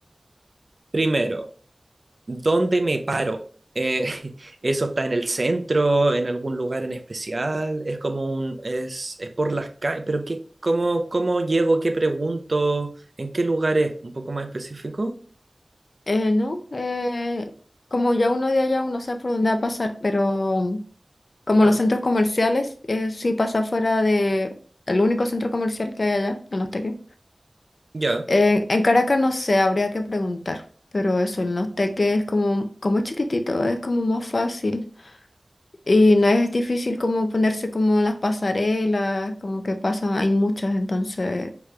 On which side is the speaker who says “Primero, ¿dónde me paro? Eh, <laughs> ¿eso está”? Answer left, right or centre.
Right